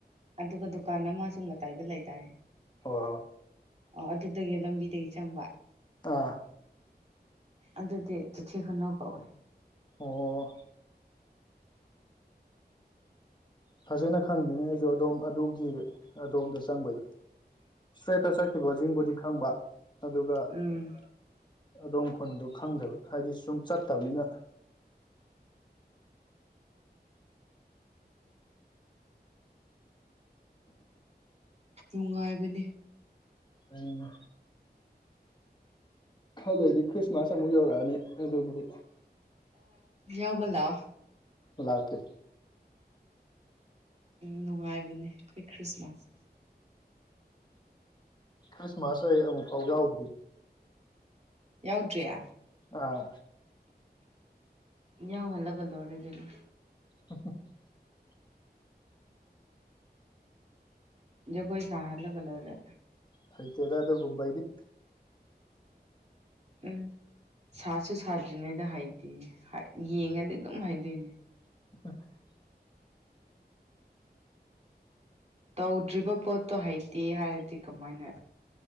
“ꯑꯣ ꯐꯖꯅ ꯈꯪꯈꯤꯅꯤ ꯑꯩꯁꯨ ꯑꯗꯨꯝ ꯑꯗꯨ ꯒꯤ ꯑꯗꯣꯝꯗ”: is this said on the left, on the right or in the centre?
Left